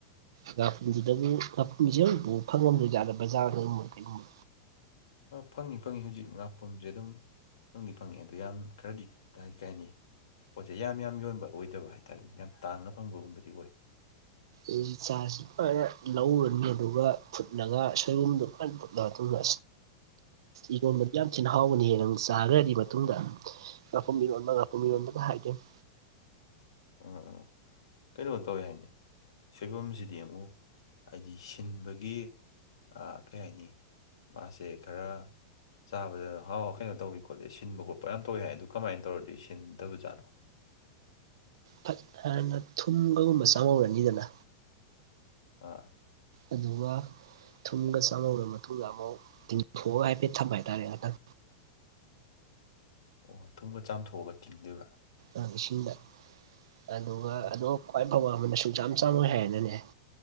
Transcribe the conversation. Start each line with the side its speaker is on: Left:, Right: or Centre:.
Right: ꯉꯥꯈꯨꯝꯗꯨꯗꯕꯨ <inaudible> ꯉꯥꯈꯨꯝꯁꯦ ꯑꯃꯛꯕꯨ ꯐꯪꯉꯝꯗꯣꯏꯖꯥꯗ ꯕꯖꯥꯔꯒꯨꯝꯃꯣꯏ ꯀꯩꯒꯨꯝꯕ
Left: ꯐꯪꯉꯤ ꯐꯪꯉꯤ ꯍꯧꯖꯤꯛ ꯉꯥꯛꯄꯨꯔꯝꯁꯦ ꯑꯗꯨꯝ ꯐꯪꯗꯤ ꯐꯪꯉꯦ ꯑꯗꯣ ꯌꯥꯝ ꯈꯔꯗꯤ ꯀꯥꯏ ꯀꯥꯏꯅꯤ ꯄꯣꯠꯁꯦ ꯌꯥꯝ ꯌꯥꯝ ꯌꯣꯟꯕ ꯑꯣꯏꯗꯕ ꯍꯥꯏꯇꯥꯔꯅꯦ ꯌꯥꯝ ꯇꯥꯡꯅ ꯐꯪꯕꯒꯨꯝꯕꯗꯤ ꯑꯣꯏ
Right: ꯑꯗꯨ ꯆꯥꯁꯤ ꯂꯣꯏꯅ ꯂꯧꯔꯅꯤ ꯑꯗꯨꯒ ꯐꯨꯠꯂꯒ ꯁꯣꯏꯕꯨꯝꯗꯨ ꯐꯥꯟ ꯐꯨꯠꯂ ꯃꯇꯨꯡꯗ
Left: <unintelligible>
Right: ꯢꯔꯣꯟꯕꯗꯤ ꯌꯥꯝ ꯊꯤꯅ ꯍꯥꯎꯕꯅꯤꯍꯦ ꯅꯪ ꯆꯥꯈ꯭ꯔꯗꯤ ꯃꯇꯨꯡꯗ ꯉꯄꯨꯔꯝ ꯢꯔꯣꯟꯗ ꯉꯄꯨꯔꯝ ꯢꯔꯣꯟꯗ ꯍꯥꯏꯗꯣꯢꯅꯦ
Left: ꯎꯝ ꯎꯝ ꯀꯩꯅꯣ ꯇꯧꯋꯦ ꯍꯥꯏꯅꯦ ꯁꯣꯏꯕꯨꯝꯁꯤꯗꯤ ꯑꯃꯨꯛ ꯍꯥꯏꯗꯤ ꯁꯤꯟꯕꯒꯤ ꯑꯥ ꯀꯩ ꯍꯥꯏꯅꯤ ꯃꯥꯁꯦ ꯈꯔ ꯆꯥꯕꯗꯅ ꯍꯥꯎ ꯀꯩꯅꯣ ꯇꯧꯋꯤ ꯈꯣꯠꯂꯤ ꯁꯤꯟꯕ ꯈꯣꯠꯄ ꯌꯥꯝ ꯇꯧꯋꯤ ꯍꯥꯏ ꯑꯗꯨ ꯀꯃꯥꯏꯅ ꯇꯧꯔꯗꯤ ꯁꯤꯟꯗꯕꯖꯥꯠꯅꯣ
Right: ꯐꯠ ꯍꯥꯟꯅ ꯊꯨꯝꯒꯒꯨꯝꯕ ꯆꯥꯝꯍꯧꯔꯅꯤꯗꯅ
Left: ꯑꯥ
Right: ꯑꯗꯨꯒ ꯊꯨꯝꯒ ꯆꯪꯍꯧꯔ ꯃꯇꯨꯡꯗ ꯑꯃꯨꯛ ꯇꯤꯡꯗꯣꯛꯊꯣꯛꯑꯒ ꯍꯥꯏꯐꯦꯠ ꯊꯝꯕ ꯍꯥꯏꯇꯥꯔꯦ ꯍꯟꯗꯛ
Left: ꯑꯣ ꯊꯨꯝꯒ ꯆꯥꯝꯊꯣꯛꯑꯒ ꯇꯤꯡꯗꯣꯏꯕꯥ
Right: ꯑ ꯏꯁꯤꯡꯗ ꯑꯗꯨꯒ
Left: ꯑꯣ
Right: ꯑꯗꯣ ꯈ꯭ꯋꯥꯏ ꯐꯕ ꯑꯃꯅ ꯁꯨꯡꯆꯥꯝ ꯆꯥꯝꯃꯣꯏ ꯍꯥꯏꯔꯅꯅꯦ